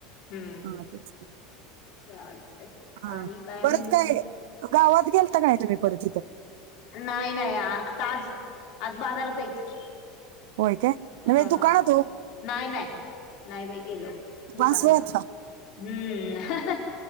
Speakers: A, on the left; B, on the right.
A: हम्म
B: हा तेच की.
A: चालतय
B: हा
A: आणि काय
B: परत
A: म्हणत
B: काय
A: होती
B: गावात गेलता काय नाय तुम्ही परत तिथं.
A: नाही नाही आता आज आज बाजारात जायच की
B: होय काय
A: हा
B: नव्हे दुकानात हो
A: नाय नाय नाही बाई गेलो दुकानात
B: पाच वेळात
A: हम्म अहाहा